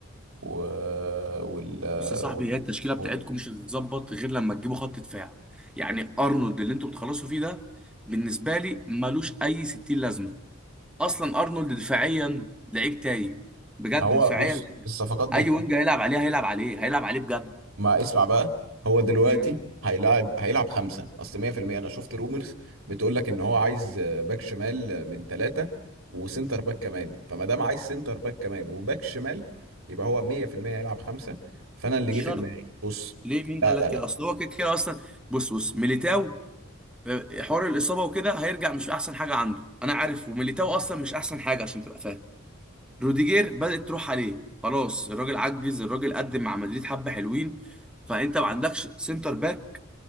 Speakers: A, on the right; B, in the centre.
A: و... وال...
B: بص يا صاحبي
A: وال...
B: هي التشكيله بتاعتكم
A: وال...
B: مش هتتظبط غير لما تجيبوا خط دفاع يعني ارنولد اللي انتوا بتخلصوا فيه ده بالنسبه لي ملوش اي 60 لازمه اصلا ارنولد دفاعيا لعيب تايه بجد
A: ما هو
B: دفاعيا
A: بص الصفقات ب...
B: اي وينج هيلعب عليه هيلعب عليه هيلعب عليه بجد
A: ما اسمع بقى هو دلوقتي
B: امم
A: هيلاعب هيلعب خمسة أصل 100% أنا شفت رومرز بتقول لك إن هو عايز باك شمال من ثلاثة وسنتر باك كمان فما دام عايز سنتر باك كمان وباك شمال يبقى هو 100% هيلعب خمسة فأنا اللي
B: مش
A: جه في
B: شرط
A: دماغي بص
B: ليه مين
A: لا
B: قال
A: لا
B: لك كده
A: لا
B: اصل هو كده كده اصلا بص بص ميليتاو آه، حوار الاصابه وكده هيرجع مش احسن حاجه عنده انا عارف وميليتاو اصلا مش احسن حاجه عشان تبقى فاهم روديجير بدات تروح عليه خلاص الراجل عجز الراجل قدم مع مدريد حبه حلوين فانت ما عندكش سنتر باك